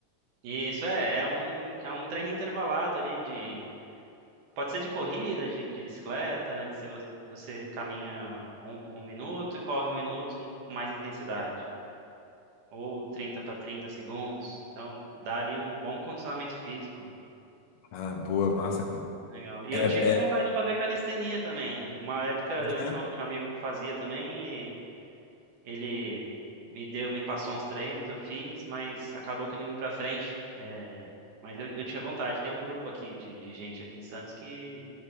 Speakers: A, on the right; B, on the left.
A: Isso é, é um, é um treino intervalado ali de. Pode ser de corrida, de, de bicicleta, se você, você caminha um, um minuto e corre um minuto com mais intensidade. Ou 30 para 30 segundos. Então, dá ali um bom condicionamento físico.
B: Ah, boa, massa, cara.
A: Legal. E
B: É,
A: eu tive vontade
B: é,
A: de fazer calistenia também. Uma época eu
B: né?
A: tinha, tinha um amigo que fazia também Ele me deu, me passou uns treinos, eu fiz, mas acabou que não indo pra frente. É, mas eu, eu tinha vontade. Tem um grupo aqui de, de gente aqui em Santos que,